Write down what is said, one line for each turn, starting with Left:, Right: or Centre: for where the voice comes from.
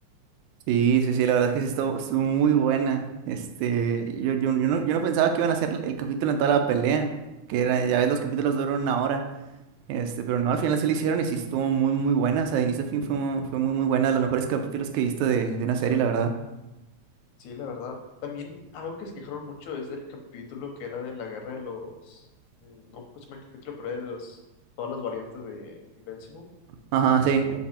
Right: Sí, sí, sí, la verdad es que sí estuvo, estuvo muy buena. Este, yo, yo, yo no, yo no pensaba que iban a hacer el capítulo en toda la pelea, que era, ya ves, los capítulos duran una hora. Este, pero no, al final se lo hicieron y sí estuvo muy, muy buena. O sea, de inicio a fin fue, mu- fue muy, muy buena, de los mejores capítulos que he visto de, de una serie, la verdad.
Left: Sí, la verdad. También algo que se quejaron mucho es del capítulo que era de la guerra de los, mm, no pues el capítulo, pero era de los, todas las variantes de Invincible.
Right: Ajá, sí.